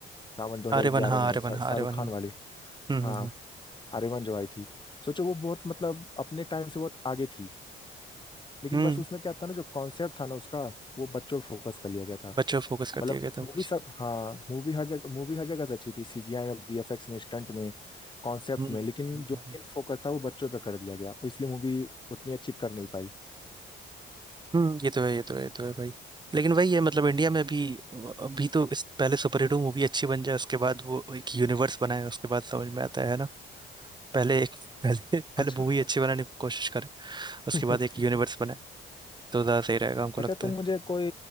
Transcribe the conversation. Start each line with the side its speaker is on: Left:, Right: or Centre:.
Left: रावण 2011
Right: आर्य वन हाँ
Left: में
Right: आर्य
Left: शा-
Right: वन हाँ
Left: शाहरुख
Right: आर्य वन
Left: खान
Right: हम्म
Left: वाले हाँ
Right: हम्म हम्म
Left: आर्यमन जो आई थी सोचो वो बहुत मतलब अपने टाइम से बहुत आगे थी लेकिन
Right: हम्म,
Left: बस उसमें क्या था ना जो कॉन्सेप्ट था ना उसका वो बच्चों पे फोकस कर लिया गया था
Right: बच्चों पे फोकस कर
Left: मतलब
Right: दिया गया था वो
Left: मूवी
Right: चीज
Left: सब हाँ मूवी हर जगह मूवी हर जगह से अच्छी थी सीजीआई में वीएफएक्स में स्टंट में कॉन्सेप्ट
Right: हम्म
Left: में लेकिन
Right: हम्म,
Left: जो
Right: हम्म।
Left: मेन फोकस था वो बच्चों पे कर दिया गया और इसलिए मूवी उतनी अच्छी कर नहीं पाई
Right: हम्म ये तो है ये तो है ये तो है भाई लेकिन वही है मतलब इंडिया में अभी अभी तो इस पहले सुपर हीरो मूवी अच्छी बन जाए उसके बाद वो एक यूनिवर्स बनाए उसके बाद समझ में आता है है ना पहले एक पहले पहले
Left: अच्छा
Right: मूवी अच्छी बनाने की कोशिश करें उसके
Left: <laughs>
Right: बाद एक यूनिवर्स बनाए तो ज्यादा सही रहेगा हमको
Left: अच्छा
Right: लगता
Left: तुम
Right: है
Left: मुझे कोई